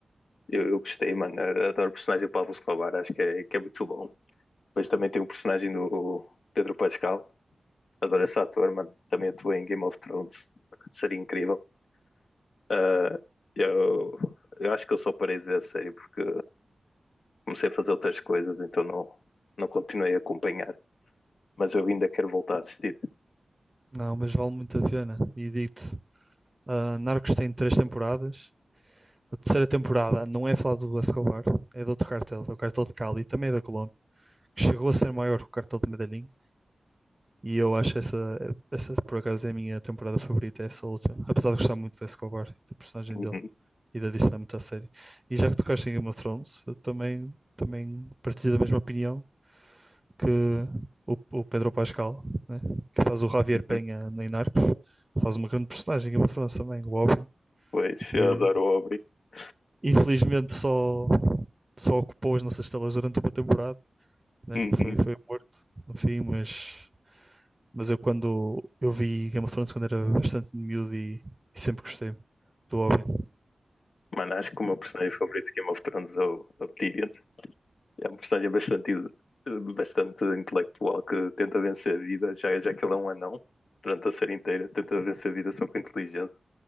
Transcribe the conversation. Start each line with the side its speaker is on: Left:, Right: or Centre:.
Left: Eu, eu gostei, mano. Eu Adoro o personagem do Pablo Escobar, acho que é, que é muito bom. Depois também tem o personagem do Pedro Pascal, Adoro esse ator, mano. Também atuou em Game of Thrones. Seria incrível. Ah, eu, eu acho que eu só parei de ver a série porque comecei a fazer outras coisas, então não, não continuei a acompanhar. Mas eu ainda quero voltar a assistir. <laughs>
Right: Não, mas vale muito a pena. E digo Ah, Narcos tem três temporadas. A terceira temporada não é falada do Escobar, é de outro cartel, é o cartel de Cali, também é da Colômbia, que chegou a ser maior que o cartel de Medellín. E eu acho essa, essa por acaso, é a minha temporada favorita, é essa última. Apesar de gostar muito do Escobar, da personagem
Left: Uhum,
Right: dele e da dinâmica da série. E já que tocaste em Game of Thrones, eu também, também partilho da mesma opinião que o, o Pedro Pascal, né, que faz o Javier
Left: uhum.
Right: Peña em Narcos, faz uma grande personagem em Game of Thrones também, o Oberyn,
Left: Pois,
Right: que
Left: eu adoro o Aubrey. <laughs>
Right: infelizmente só, só ocupou as nossas telas durante uma temporada, né?
Left: Uhum.
Right: Que foi, foi um morto no fim, mas, mas eu quando eu vi Game of Thrones quando era bastante miúdo e, e sempre gostei do Oberyn.
Left: Mano, acho que o meu personagem favorito de Game of Thrones é o, é o Tyrion. É um personagem bastante, bastante intelectual que tenta vencer a vida, já, já que ele é um anão durante a série inteira, tenta vencer a vida só com inteligência.